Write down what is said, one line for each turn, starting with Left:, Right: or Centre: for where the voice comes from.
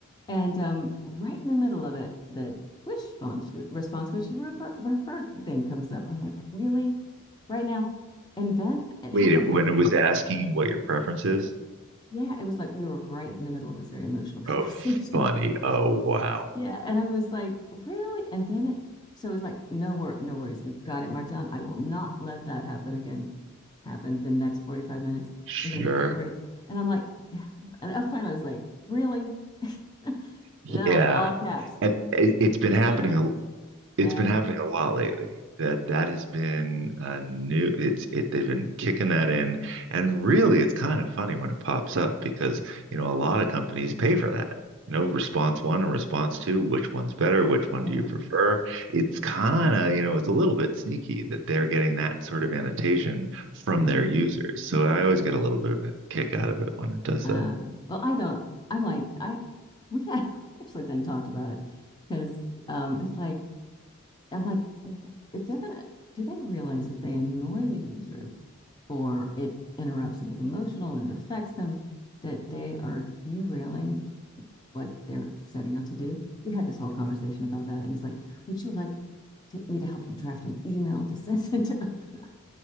Left: And um, right in the middle of it, the which response, response was you refer, refer thing comes up. I'm like, really? Right now? And then it
Right: Wait,
Left: happened
Right: it, when
Left: like
Right: it was asking you what your preference is?
Left: Yeah, it was like we were right in the middle of this very emotional <laughs> conversation.
Right: Oh, funny. Oh, wow.
Left: Yeah, and I was like, really? And then it, so it was like, no wor no worries. We've got it marked down. I will not let that happen again. Happened the next 45 minutes,
Right: Sure.
Left: and then the 40, and I'm like, yeah. and I finally was like, really? <laughs>
Right: Yeah.
Left: And They're like all caps.
Right: And it, it's been
Left: You
Right: happening
Left: serious?
Right: a, It's
Left: Yeah.
Right: been happening a lot lately. That that has been a new. It's it. They've been kicking that in, and really, it's kind of funny when it pops up because you know a lot of companies pay for that. You know, response one and response two. Which one's better? Which one
Left: hmm
Right: do you prefer? It's kind of you know it's a little bit sneaky that they're getting that sort of annotation from
Left: Right.
Right: their users. So I always get a little bit of a kick out of it when it does
Left: Um,
Right: that.
Left: well, I don't. I'm like, I we had, <laughs> we actually then talked about it because um, it's like I'm like, w- if they're gonna, do they realize if they annoy the user or it interrupts something emotional and affects them, that they are derailing what they're setting out to do? We had this whole conversation about that, and he's like, "Would you like to, me to help you draft an email to send <laughs> it to open?"